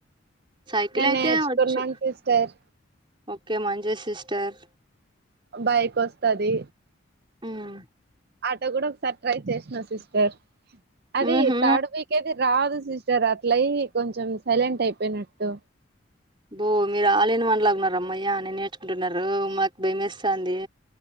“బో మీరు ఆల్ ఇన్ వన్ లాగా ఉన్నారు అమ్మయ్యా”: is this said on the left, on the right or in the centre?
Right